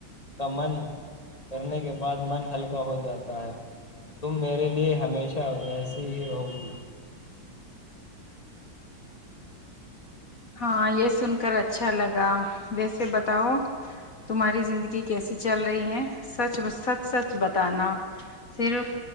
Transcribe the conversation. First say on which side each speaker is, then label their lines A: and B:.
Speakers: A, on the left; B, on the left.
A: کا من کرنے کے بعد من ہلکا ہو جاتا ہے تم میرے لیے ہمیشہ ویسی ہی رہو گی
B: ہاں یہ سن کر اچھا لگا ویسے بتاؤ تمہاری زندگی کیسی چل رہی ہیں سچ سچ سچ بتانا صرف